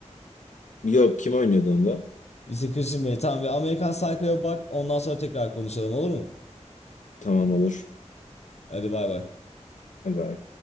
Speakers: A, on the left; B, on the left.
A: Yok kim oynuyordu onda?
B: İşte Christian Bale. Tamam bir Amerikan Psycho'ya bak. Ondan sonra tekrar konuşalım olur mu?
A: Tamam olur.
B: Hadi bay bay.
A: Hadi